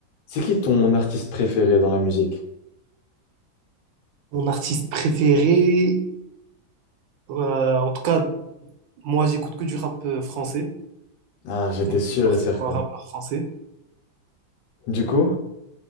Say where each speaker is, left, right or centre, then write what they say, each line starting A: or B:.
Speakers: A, on the left; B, on the right.
A: C'est qui ton artiste préféré dans la musique?
B: Mon artiste préféré, euh, en tout cas, moi j'écoute que du rap euh, français,
A: Ah, j'étais
B: donc
A: sûr
B: c'est forcément
A: et certain.
B: un rappeur français.
A: Du coup?